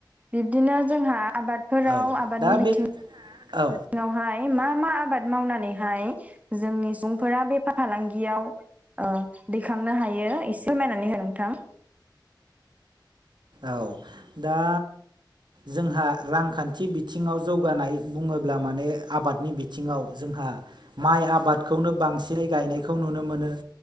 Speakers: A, on the right (about 20°); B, on the right (about 70°).
A: बिब्दिनो जोंहा आबाद फोराव
B: औ
A: आबादनि
B: दा
A: बिथिं
B: बे
A: सिवहाय
B: औ
A: मा मा आबाद मावनानैहाय जोंनि सुबुंफोरा बेफार फालांगियाव दैखांनो हायो एसे फोरमायनानै हो नोंथां।
B: औ दा जोंहा रांखान्थि बिथिङाव जौगानाय बुङोब्ला माने आबादनि बिथिङाव जोंहा माइ आबादखौनो बांसिनै गायनायखौ नुनो मोनो।